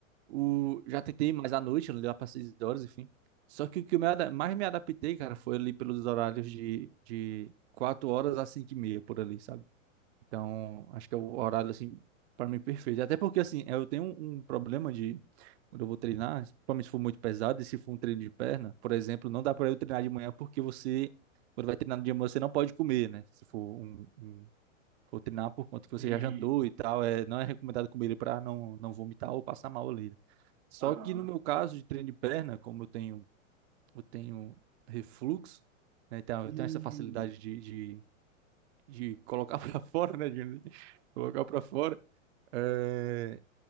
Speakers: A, on the right; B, on the right.
A: o, já tentei mais à noite, lá para seis horas, enfim, só que o que eu me ada- mais me adaptei, cara, foi ali pelos horários de, de quatro horas a cinco e meia, por ali, sabe? Então, acho que é o horário, assim, para mim perfeito. Até porque, assim, eu tenho um, um problema de. Quando eu vou treinar, principalmente se for muito pesado e se for um treino de perna, por exemplo, não dá para eu treinar de manhã porque você, quando vai treinar no dia, de manhã, você não pode comer, né? Se for um, um- for treinar por conta que você
B: E...
A: já jantou e tal, é, não é recomendado comer ele para não, não vomitar ou passar mal ali. Só
B: Aham.
A: que no meu caso de treino de perna, como eu tenho, eu tenho refluxo, né? Então,
B: Hum,
A: eu tenho essa facilidade de, de de colocar <laughs> para fora, né? digamos assim, Colocar para fora, é,